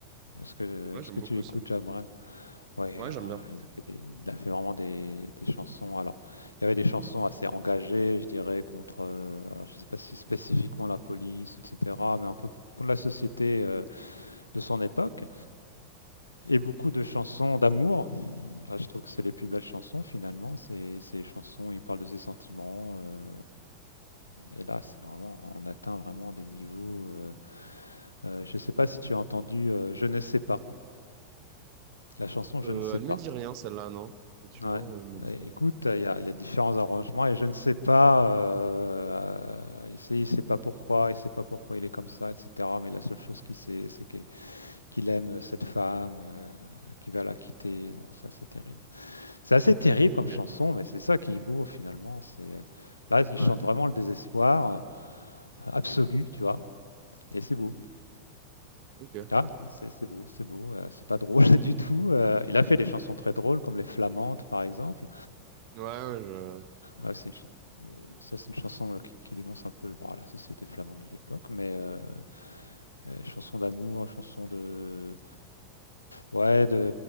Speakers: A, on the left; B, on the right.
A: Est-ce que,
B: Ouais,
A: est-ce
B: j'aime
A: que
B: beaucoup
A: tu écoutes
B: aussi.
A: Jacques Brel? Oui,
B: Ouais,
A: il a
B: j'aime bien.
A: fait des- il a fait vraiment des, des chansons. Alors, il y avait des chansons assez engagées, je dirais, contre, euh, alors, je sais pas si spécifiquement la police, etc., mais un peu pour la société euh, de son époque, et beaucoup de chansons d'amour Ah, je trouve que c'est les plus belles chansons finalement. c'est ces chansons, où il parle de ses sentiments. euh, et là, c'est vraiment, on atteint vraiment des niveaux. euh, euh, je ne sais pas si tu as entendu euh, Je ne sais pas. La chanson Je
B: Euh,
A: ne sais
B: elle
A: pas.
B: me dit rien, celle-là, non? Effectivement,
A: Ouais.
B: elle me dit
A: Et
B: pas.
A: écoute, il y a, il y a différents arrangements et je ne sais pas. euh, il sait, il sait pas pourquoi, il sait pas pourquoi il est comme ça, etc. Mais la seule chose qu'il sait, c'est que- qu'il aime cette femme, euh, qu'il va la quitter. Bon, ça, c'est terrible. C'est assez terrible
B: Ok.
A: comme chanson, mais c'est ça qui est beau finalement. C'est euh, là, il
B: Ouais,
A: chante vraiment le désespoir euh, absolu, tu vois, et c'est beau.
B: ok. Ouais,
A: Là, c'est c'est beau, c'est beau. euh, c'est pas drôle <laughs> du tout. euh, il a fait des chansons très drôles, comme les Flamandes, par exemple.
B: ouais, je...
A: Euh, c'est une ch- euh, ça, c'est une chanson euh, qui, qui dénonce un peu bon, la société flamande de l'époque, mais euh, euh, chanson d'amour, chanson de ouais, de